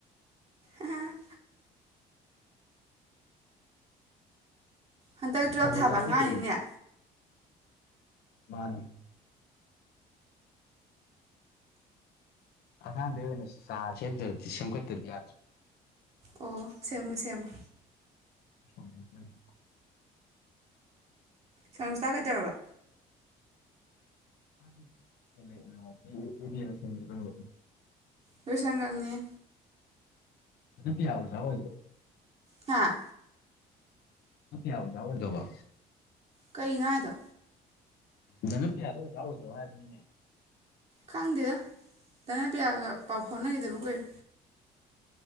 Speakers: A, on the right; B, on the left.
A: ꯑ <inaudible> ꯍꯟꯗꯛ ꯇꯨꯌꯦꯜꯞ
B: ꯁꯟꯖꯤꯇꯥꯗꯤ
A: ꯊꯥꯕ ꯑꯉꯥꯡꯅꯤꯅꯦ
B: ꯀꯩ ꯃꯥꯅꯦ ꯑꯉꯥꯪꯗꯩꯩ ꯑꯣꯏꯅꯥ ꯆꯔ ꯁꯦꯝ ꯁꯦꯝꯒꯠꯇꯔ꯭ꯗꯤ ꯌꯥꯗꯔ꯭ꯦ
A: ꯑꯣ ꯁꯦꯝꯃꯣ ꯁꯦꯝꯃꯣ
B: <inaudible>
A: ꯁꯪ <unintelligible> ꯇꯥꯒꯩꯗꯔꯕ
B: <unintelligible> <unintelligible> <unintelligible>
A: ꯂꯣꯏꯁꯟꯒꯔꯕꯅꯤꯌꯦ
B: ꯑꯗꯨ ꯄꯤꯌꯥ ꯑꯣꯖ ꯑꯣꯏꯔꯤꯔꯣ
A: ꯍꯥꯥ
B: ꯑꯣꯖꯥ ꯑꯣꯏꯔꯕꯥ
A: ꯀꯩꯅꯣ ꯍꯥꯏꯗꯣ
B: ꯖꯅꯄ꯭ꯌꯥꯗꯣ ꯑꯣꯖꯥ ꯑꯣꯏꯒꯔꯕ ꯍꯥꯏꯕꯅꯤꯅꯦ
A: ꯈꯪꯗꯦꯗ ꯗꯅꯄꯤꯌꯥꯒ ꯄꯥꯎ ꯐꯥꯎꯅꯈꯤꯗꯕ ꯀꯨꯏꯔꯦ